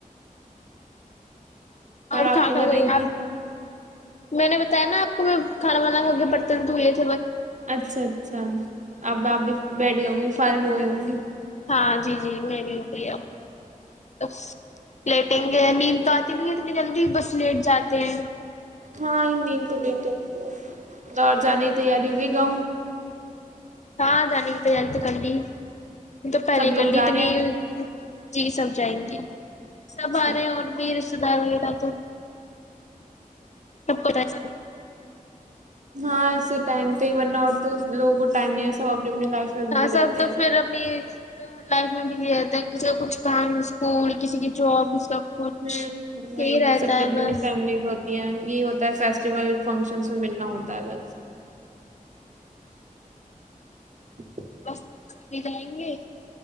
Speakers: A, on the left; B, on the right.
A: اور
B: آپ
A: کہاں
B: کیا
A: کہاں
B: کر رہی
A: گی
B: تھی
A: آپ میں نے بتایا نا آپ کو میں کھانا وانا کھا کے برتن دھو لے تی
B: اچھا اچھا اب آپ بھی بیٹھ گی ہوں گی فارغ ہو گی ہوگی
A: ہاں جی جی میں بھی ہو بھی اب لیٹیں گے نیند تو آتی نہیں ہے اتنی جلدی بس لیٹ جاتے ہیں
B: ہاں نیند تو لیٹ ہی اتی ہے خدا جانے تیاری ہوئی گاؤں
A: ہاں جانے کی تیاری تو کر لی یہ تو پہلے
B: سب
A: ہی کر
B: لوگ
A: لی
B: جا
A: اتنی
B: رہے ہیں
A: جی سب جائیں گے سب
B: اچھا
A: آ رہے ہیں اور بھییر سدار وغیرہ تو سب پتا چلے
B: ہاںسے ٹائم تو ورنہ تو لوگوں کو ٹائم نہیں ہے سب اپنی لائف میں بزی
A: ہ
B: رہتے
A: سب تو
B: ہیں
A: پھر اپنی لائف میں بھی یہ رہتا ہے اس کا کچھ کام اسکول کسی کی جاب اس کا کچھ
B: ہ وہی
A: یہی
B: وہ
A: رہتا
B: سب
A: ہے
B: اپنینی
A: بس
B: فیملی کو یہ ہوتا ہے فیسٹیول فنکشن ملنا ہوتا ہے بس <inaudible>
A: بس پنسا بھی جائیں گے